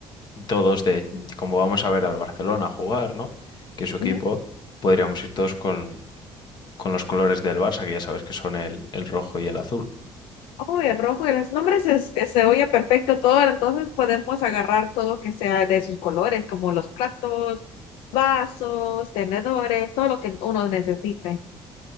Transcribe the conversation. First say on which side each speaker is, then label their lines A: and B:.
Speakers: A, on the left; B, on the left.
A: todos de, como vamos a ver al Barcelona jugar, ¿no? Que es su equipo,
B: Ujú.
A: podríamos ir todos con, con los colores del Barça, que ya sabes que son el, el rojo y el azul.
B: Oh, el rojo y los nombres es- es- se oye perfecto todo, entonces podemos agarrar todo que sea de sus colores, como los platos, vasos, tenedores, todo lo que uno necesite.